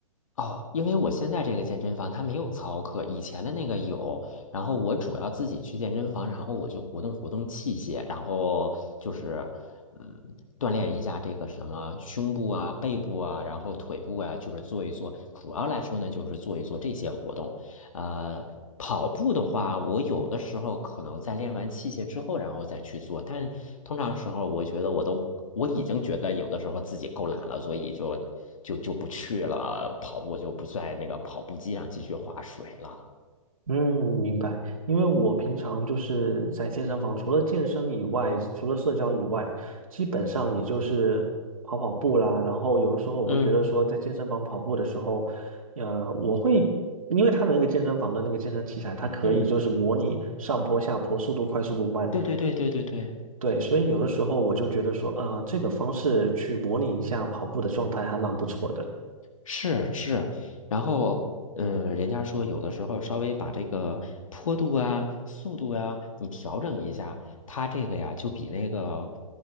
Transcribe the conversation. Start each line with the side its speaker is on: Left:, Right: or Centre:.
Left: 哦，因为我现在这个健身房它没有操课，以前的那个有。然后我主要自己去健身房，然后我就活动活动器械，然后就是嗯，锻炼一下这个什么胸部啊、背部啊，然后腿部啊，就是做一做。主要来说呢，就是做一做这些活动。呃，跑步的话，我有的时候可能在练完器械之后，然后再去做，但通常时候，我觉得我都我已经觉得有的时候自己够懒了，所以就就就不去了跑步，就不在那个跑步机上继续划水了。
Right: 嗯，明白。因为我平常就是在健身房，除了健身以外，除了社交以外，基本上也就是跑跑步啦。然后有的时候我会觉得说，
Left: 嗯，
Right: 在健身房跑步的时候，呃，我会因为他的那个健身房的那个健身器材，它可以就是模拟上坡、
Left: 嗯，
Right: 下坡、速度快、速度慢。
Left: 对对对对对对。
Right: 对，所以有的时候我就觉得说，啊、这个方式去模拟一下跑步的状态还蛮不错的。
Left: 是是，然后嗯，人家说有的时候稍微把这个坡度啊、速度啊，你调整一下，它这个呀就比那个